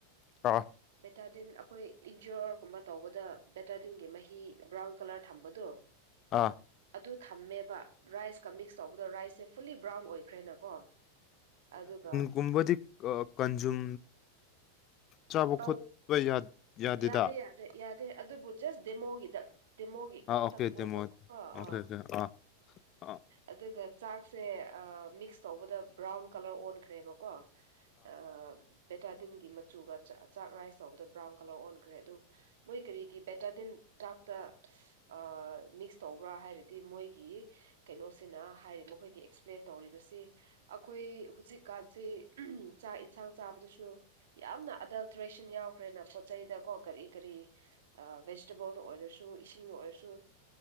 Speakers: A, on the left (about 35°); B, on the right (about 60°).
A: ꯑꯥ
B: ꯕꯦꯇꯥꯗꯤꯟ ꯑꯩꯈꯣꯏ ꯏꯟꯖꯣꯔꯒꯨꯝꯕ ꯇꯧꯕꯗ ꯕꯦꯇꯥꯗꯤꯟꯒꯤ ꯃꯍꯤ ꯕ꯭ꯔꯥꯎꯟ ꯀꯂꯔ ꯊꯝꯕꯗꯣ
A: ꯑꯥ
B: ꯑꯗꯨ ꯊꯝꯃꯦꯕ ꯔꯥꯏꯁꯀ ꯃꯤꯛꯁ ꯇꯧꯕꯗꯣ ꯔꯥꯏꯁꯁꯦ ꯐꯨꯜꯂꯤ ꯕ꯭ꯔꯥꯎꯟ ꯑꯣꯏꯈ꯭ꯔꯦꯅ ꯀꯣ ꯑꯗꯨꯒ
A: ꯒꯨꯝꯕꯗꯤ ꯑꯥ ꯀꯟꯖꯨꯝ ꯆꯥꯕ
B: ꯇꯧ
A: ꯈꯣꯠꯄ ꯌꯥ ꯌꯥꯗꯦꯗ
B: ꯌꯥꯗꯦ ꯌꯥꯗꯦ ꯌꯥꯗꯦ ꯑꯗꯨꯕꯨ ꯖꯁ ꯗꯦꯃꯣꯒꯤꯗ ꯗꯤꯃꯣꯒꯤ
A: ꯑꯥ
B: ꯈꯛꯇꯪ
A: ꯑꯣꯀꯦ
B: ꯃꯣꯏꯗꯨ
A: ꯗꯦꯃꯣ
B: ꯀꯣ ꯑꯥ
A: ꯑꯣꯀꯦ ꯑꯣꯀꯦ ꯑꯥ ꯑꯥ
B: ꯑꯗꯨꯒ ꯆꯥꯛꯁꯦ ꯑꯥ ꯃꯤꯛꯁ ꯇꯧꯕꯗ ꯕ꯭ꯔꯥꯎꯟ ꯀꯂꯔ ꯑꯣꯟꯈ꯭ꯔꯦꯕ ꯀꯣ ꯑꯥ ꯕꯦꯇꯥꯗꯤꯟꯒꯤ ꯃꯆꯨꯒ ꯆꯥꯛ ꯔꯥꯏꯁ ꯇꯧꯕꯗꯨ ꯕ꯭ꯔꯥꯎꯟ ꯀꯂꯔ ꯑꯣꯟꯈ꯭ꯔꯦ ꯑꯗꯨ ꯃꯣꯏ ꯀꯔꯤꯒꯤ ꯕꯦꯟꯇꯗꯤꯟ ꯆꯥꯛꯇ ꯑꯥ ꯃꯤꯛꯁ ꯇꯧꯕ꯭ꯔꯥ ꯍꯥꯏꯔꯗꯤ ꯃꯣꯏꯒꯤ ꯀꯩꯅꯣꯁꯤꯅ ꯍꯥꯏꯔꯤ ꯃꯈꯣꯏꯒꯤ ꯑꯦꯛꯁꯄ꯭ꯂꯦꯟ ꯇꯧꯔꯤꯕꯁꯤ ꯑꯩꯈꯣꯏ ꯍꯨꯖꯤꯛ ꯀꯥꯟꯁꯤ ꯎꯝ ꯆꯥꯛ ꯏꯟꯁꯥꯡ ꯆꯥꯕꯗꯨꯁꯨ ꯌꯥꯝꯅ ꯑꯗꯜꯇ꯭ꯔꯦꯁꯟ ꯌꯥꯎ ꯈ꯭ꯔꯦꯅ ꯄꯣꯠ ꯆꯩꯗ ꯀꯣ ꯀꯔꯤ ꯀꯔꯤ ꯚꯦꯖꯤꯇꯦꯕꯜꯗ ꯑꯣꯏꯔꯁꯨ ꯏꯁꯤꯡꯗ ꯑꯣꯏꯔꯁꯨ